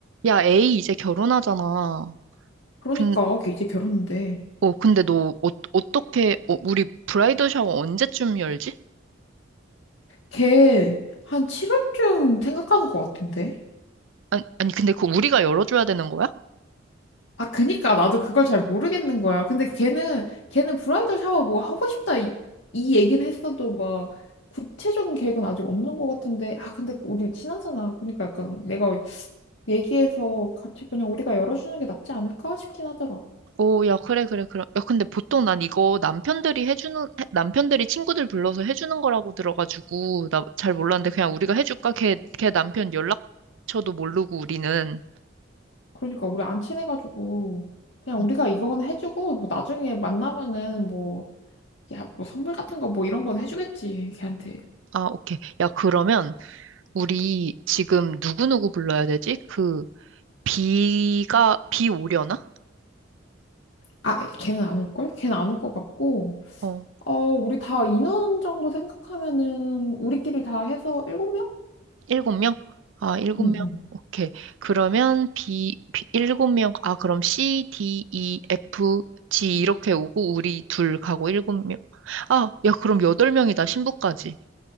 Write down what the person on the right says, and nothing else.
야, 에이 이제 결혼하잖아.
근,
어, 근데 너 어, 어떻게 어, 우리 브라이더 샤워 언제쯤 열지?
아니, 아니 근데 그거 우리가 열어줘야 되는 거야?
오, 야, 그래, 그래, 그래. 야, 근데 보통 난 이거 남편들이 해주는, 해- 남편들이 친구들 불러서 해주는 거라고 들어가지고, 나 잘 몰랐는데 그냥 우리가 해줄까? 걔, 걔 남편 연락처도 모르고 우리는.
음,
아, 오케이. 야, 그러면 우리 지금 누구누구 불러야 되지? 그, 비가, 비 오려나?
어.
일곱 명? 아, 일곱
명.
오케이. 그러면 B, B 일곱 명. 아, 그럼 C, D, E, F, G 이렇게 오고 우리 둘 가고 일곱 명. 아, 야, 그럼 여덟 명이다. 신부까지.